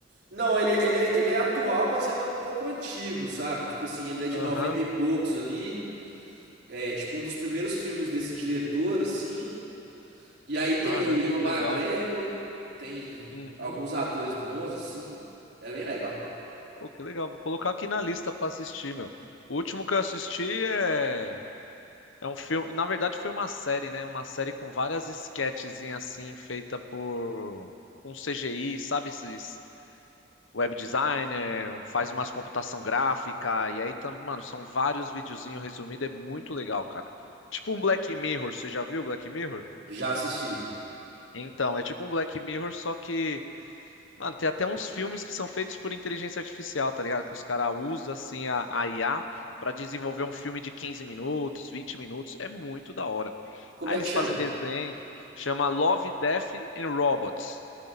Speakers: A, on the right (about 55°); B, on the left (about 80°).
A: Não, ele, é, ele, é, ele é atual, mas ele é um pouco antigo, sabe? Tipo assim, ele é de
B: Aham.
A: 90 e poucos ali. É tipo um dos primeiros filmes desse diretor, assim. E aí tem
B: Caramba,
A: o Ian
B: que
A: McGregor,
B: legal.
A: tem
B: Uhum.
A: alguns atores bons, assim. Era bem legal.
B: Pô, que legal. Vou colocar aqui na lista pra assistir, meu. O último que eu assisti é É um filme, na verdade foi uma série, né? Uma série com várias sketchzinhas assim, feita por um CGI, sabe? Esses web designer, faz umas computação gráfica, e aí, tam- mano, são vários videozinhos resumidos, é muito legal, cara. Tipo um Black Mirror, você já viu Black Mirror?
A: Já assisti.
B: Então, é tipo um Black Mirror, só que Mano, tem até uns filmes que são feitos por inteligência artificial, tá ligado? Que os caras usam, assim, a, a IA pra desenvolver um filme de 15 minutos, 20 minutos. É muito da hora.
A: Como
B: Aí
A: é
B: eles
A: que chama?
B: fazem desenho, chama Love, Death and Robots.